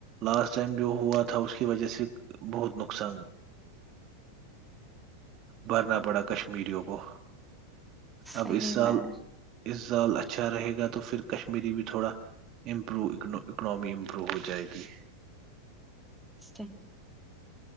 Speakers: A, on the right (about 35°); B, in the centre.
A: لاسٹ ٹائم جو ہوا تھا اس کی وجہ سے بہت نقصان بھرنا پڑا کشمیریوں کو اب
B: صحیح
A: اس سال
B: میں
A: ا زال اچھا رہے گا تو پھر کشمیری بھی تھوڑا ام اکناممی امپروو ہو جائے گی
B: سی